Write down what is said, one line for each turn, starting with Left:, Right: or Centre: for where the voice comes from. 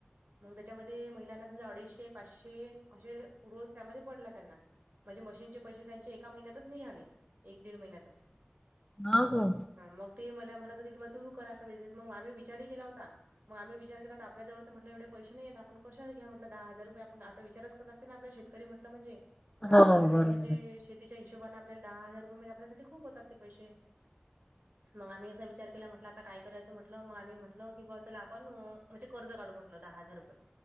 Right: मग त्याच्यामध्ये महिलांना. समजा अडीचशे पाचशे असे रोज त्यामध्ये पडला त्यांना म्हणजे मशीनचे पैसे त्यांचे? एका महिन्यातच निघाले एक दीड महिन्यात
Left: हो का?
Right: मग ते मला म्हनत होते की बर. कराचा बिझनेस मग आम्ही विचारही केला होता मग आम्ही विचार केला होता आपल्या जवर म्हटले एवढे पैसे नाही आता. पण कशान घ्या हटलं दहा हजार रुपये आपण आता विचारच करू लागत ना आपल्या शेतकरी म्हटलं म्हणजे? कारण
Left: हो
Right: आपल्याला
Left: बरोबर.
Right: म्हणजे शेतीच्या हिशोबाानने आपल्याला दहा हजार रुपये म्हनजे आपल्यासाठी खूप होतात ते पैसे! मग आम्ही असा विचार केला म्हण, आता काय करायचं म्हटलं मग आम्ही म्हटलं की बा चला आपण म्हणजे कर्ज काढू म्हटलो दहा हजार रुपये.